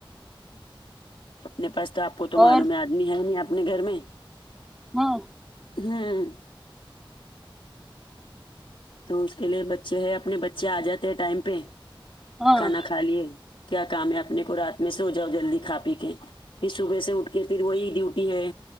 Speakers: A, on the left; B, in the centre.
A: اپنے پاس تو آپ کو تو
B: اور
A: معلوم ہے آدمی ہے نہیں اپنے گھر میں
B: ہاں
A: امم تو اس کے لیے بچے ہے اپنے بچے آ جاتے ہیں ٹائم پہ
B: ہاں
A: کھانا کھا لیے کیا کام ہے اپنے کو رات میں سو جاؤ جلدی کھا پی کے پھر صبح سے اٹھ کے پھر وہی ڈیوٹی ہے